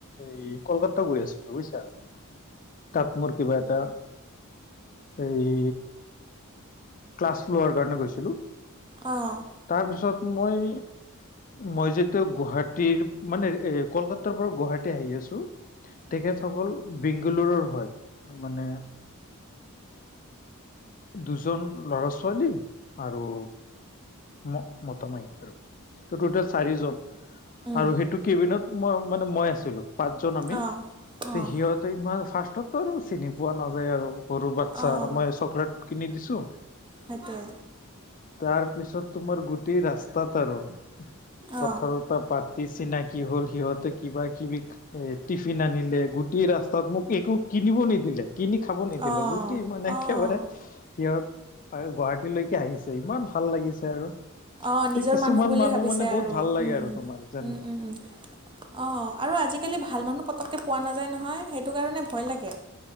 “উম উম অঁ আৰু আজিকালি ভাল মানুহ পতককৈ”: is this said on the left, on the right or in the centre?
Right